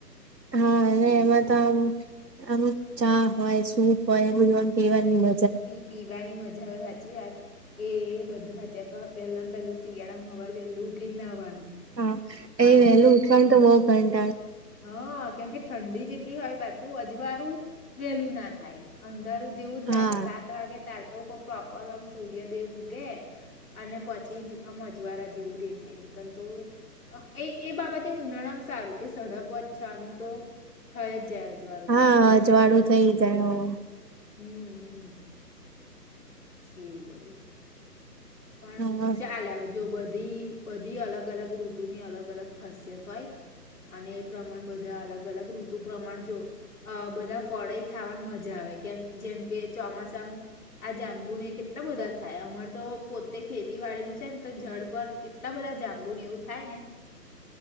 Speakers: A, on the right (about 80°); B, on the left (about 60°).
A: હા અને
B: એવું
A: એમાં તો આમ ચા હોય, સૂપ હોય એ બધું એમ પીવાની મ
B: પી પીવાની મજા હવે સાચી વાત એ બધું સાચું પહેલામાં પહેલું શિયાળામાં સવાર વહેલું ઉઠીને નાહવાનું
A: હા એ
B: અને
A: વહેલું ઉઠવાનુ તો બ. <unintelligible>
B: હા કેમ કે ઠંડી જ એટલી હોય પાછું અજવાળું વહેલું ના થાય અંધારું જેવું
A: હા
B: જ લાગે સાત વાગે તાર તો પ્રોપર આમ સૂર્યદેવ ઉગે. અને પછી જ આમ અજવાળા જેવું દેખાય, નહીતર તો એ એ બાબતે ઉનાળા મા સારું કે સડપ પ છાનું તો થઈ જ જાય. વારું
A: હા
B: કમ્પ્લીટ
A: અજવાળું
B: સાડા પાંચે
A: થઇ
B: તો થાય
A: જાય
B: જ
A: હો
B: હમ્મ-હમ્મ. એવું બધું. પણ
A: હા
B: ચાલ આવ જો બધું ધી બધી અલગ-અલગ ઋતુની અલગ-અલગ ખાસિયત હોય. અને એ પ્રમાણ બધા અલગ અલગ ઋતુ પ્રમાણ જો. અ બધા ફળાઈ ખાવાની મજા. મજા આવે કેમ જેમ કે ચોમાસા આ જાંબુ ને કેટલા બધા થાય અમાર તો પોતે ખેતી વાડીને છે, ને તો જડ પર એટલા બધા જાંબુ ને એવું થાય ને